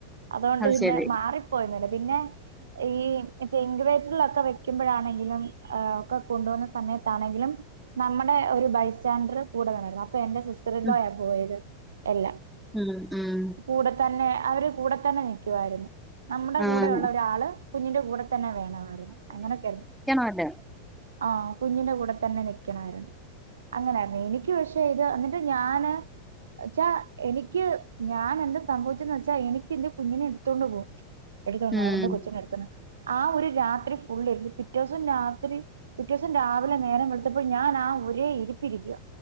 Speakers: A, on the right; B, in the centre.
A: അതുകൊണ്ട്
B: അത്
A: പിന്നെ
B: ശരി
A: മാറിപ്പോയന്നുല്ല. പിന്നെ ഈ ഇങ്കുവേറ്ററിലൊക്കെ വ്യെ ക്ക്യുമ്പഴാണെങ്കിലും ഏഹ് ഒക്കെ കൊണ്ടു പോകുന്ന സമയത്താണെങ്കിലും നമ്മുടെ ഒരു ബൈസ് സ്റ്റാൻഡർ കൂടെ വേണായിരുന്നു. അപ്പൊ എന്റെ സിസ്റ്ററിൻലോയാ
B: ഉം
A: പോയത് എല്ലാം.
B: ഉം ഉം
A: കൂടെ തന്നെ, അവര് കൂടെ തന്നെ നിക്ക്യുവായിരുന്നു. നമ്മുടെ
B: ആഹ്
A: കൂടെയുള്ള ഒരാള് കുഞ്ഞിന്റെ കൂടെ തന്നെ വേണമായിരുന്നു അങ്ങനൊക്കായ്ര്ന്നു.
B: അതെ
A: ആഹ് കുഞ്ഞിന്റെ കൂടെ തന്നെ നിക് ണമായിരുന്ന്. അങ്ങനായിരുന്നു. എനിക്ക് പക്ഷേ ഇത് എന്നിട്ട് ഞാന് വച്ചാ എനിക്ക് ഞാൻ എന്താ സംഭവിച്ചേന്ന് വെച്ചാ എനിക്ക് എന്റെ കുഞ്ഞിനെ എടുത്തോണ്ട് പോവും. എടുത്തോണ്ടു പോവും.
B: ഉം
A: അവരെന്റെ കൊച്ചിനെ എടുത്തോണ്ട് ആ ഒരു രാത്രി ഫുള്ള് ഇരുന്നു. പിറ്റേസം രാത്രി പിറ്റേസം രാവിലെ നേരം വെള് ത്തപ്പം ഞാനാ ഒരേ ഇരിപ്പ് ഇരിക്ക.